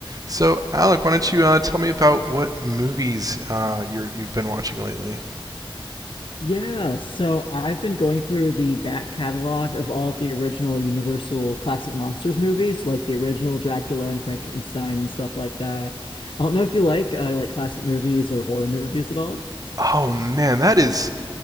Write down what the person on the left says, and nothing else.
Yeah, so I've been going through the back catalog of all the original Universal Classic Monsters movies, like the original Dracula and Frankenstein and stuff like that. I don't know if you like uh, like classic movies or horror movies at all.